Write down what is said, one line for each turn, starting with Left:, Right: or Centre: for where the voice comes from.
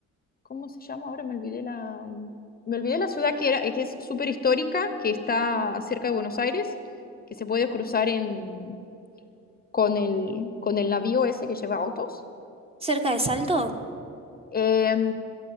Left: ¿cómo se llama? Ahora me olvidé la, mm, me olvidé la ciudad que era, que es súper histórica, que está cerca de Buenos Aires, que se puede cruzar en, con el, con el navío ese que lleva autos.
Right: ¿Cerca de Salto?
Left: Em,